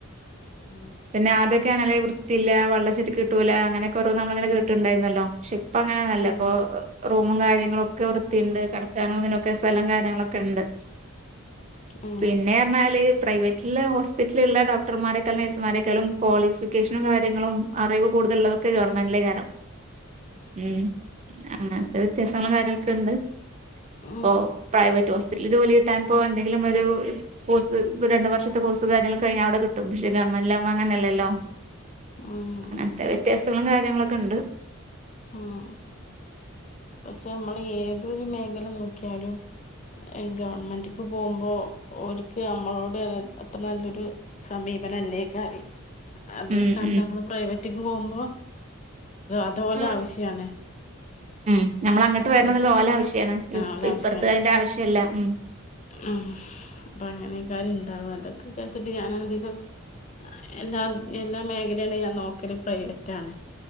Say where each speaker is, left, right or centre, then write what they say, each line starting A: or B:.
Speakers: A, on the left; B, on the right.
A: ഉം
B: പിന്നെ ആദ്യോക്കെ അങ്ങനെ വൃത്തില്ല വെള്ളം ശരിക്ക് കിട്ടൂല അങ്ങനെയൊക്കെ ഓരോ നമ്മളങ്ങനെ കേട്ട്ണ്ടാരുന്നല്ലോ പക്ഷെ ഇപ്പോ അങ്ങനെയൊന്നുല്ല
A: ഉം
B: ഇപ്പൊ റൂമും കാര്യങ്ങളൊക്കെ വൃത്തിയുണ്ട് കിടക്കാനോതിനൊക്കെ സ്ഥലം കാര്യങ്ങളൊക്കെണ്ട്
A: ഉം
B: പിന്നെ എന്നാല് പ്രൈവറ്റില് ഹോസ്പിറ്റല്ള്ള ഡോക്ടർമാരെക്കാളും നേ മാരേക്കാളും ക്വാളിഫിക്കേഷനും കാര്യങ്ങളും അറിവ് കൂടുതലുള്ളതൊക്കെ ഗവൺമെന്റിലെ കാരൊം ഉം അങ്ങൻത്തെ വ്യത്യാസങ്ങളും കാര്യങ്ങളൊക്കെ ഇണ്ട്
A: ഉം
B: പ്പൊ പ്രൈവറ്റ് ഹോസ് ജോലി കിട്ടാൻപ്പോ എന്തെങ്കിലും ഒരു കോഴ്സ് രണ്ടു വർഷത്തെ കോഴ്സ് കാര്യങ്ങൾക്കെ കഴിഞ്ഞാൽ അവിടെ കിട്ടും പക്ഷെ ഗവൺമെന്റ്ലാകുമ്പോ അങ്ങനലല്ലോ
A: ഉം
B: അങ്ങൻത്തെ
A: അതെ
B: വ്യത്യാസങ്ങളും കാര്യങ്ങളൊക്കെ ഇണ്ട്
A: ഉം പക്ഷെ നമ്മള് ഏതൊരു മേഖല നോക്കിയാലും ഗവൺമെന്റ്ക്ക് പോമ്പോ ഓർക്ക് നമ്മളോട് അത്ര നല്ലൊരു സമീപനം അല്ലേകാരി അത്
B: ഉം
A: സ്ഥാനത്ത്
B: ഉം
A: നമ്മള് പ്രൈവറ്റ്ക്ക് പോമ്പോ അതുപോലെ
B: ഉം
A: ആവശ്യാണ്
B: ഉം ഞമ്മള് അങ്ങട്ട്
A: മറ്റേ
B: വരണത് ഓല ആവശ്യാണ്
A: ഓലെ
B: ഇപ്പുറത്ത്
A: ആവശ്യാണ്
B: അയ്ന്റെ ആവശ്യല്ല ഉം
A: ഉം അപ്പൊ അങ്ങനെക്കാര് ഇണ്ടാവും അതൊക്കെ വിചാരിച്ചിട്ട് ഞാൻ അധികം എല്ലാ എല്ലാ മേഖലയില് ഞാൻ നോക്കിയത് പ്രൈവറ്റ് ആണ്